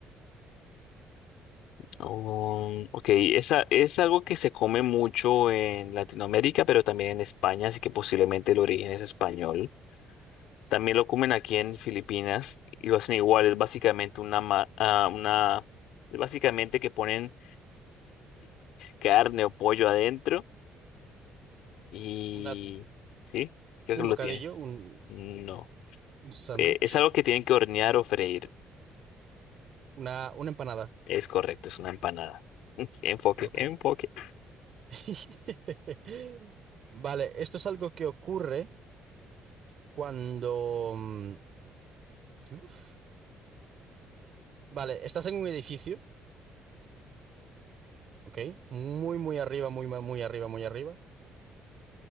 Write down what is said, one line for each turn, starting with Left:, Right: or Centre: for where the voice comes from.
Left: Um, ok, esa, es algo que se come mucho en Latinoamérica, pero también en España, así que posiblemente el origen es español. También lo comen aquí en Filipinas y lo hacen igual, es básicamente una, ma- ah, una, es básicamente que ponen carne o pollo adentro y...
Right: una,
Left: ¿Sí? Creo
Right: un
Left: que
Right: bocadillo,
Left: lo tienes.
Right: un,
Left: No.
Right: un sándwich,
Left: Eh, es algo que tienen que hornear o freír.
Right: una, una empanada.
Left: Es correcto, es una empanada. <laughs> Enfoque,
Right: Ok.
Left: enfoque.
Right: <laughs> Vale, esto es algo que ocurre cuando... mm, uf. Vale, estás en un edificio, ¿ok? Muy, muy arriba, muy, ma- muy arriba, muy arriba,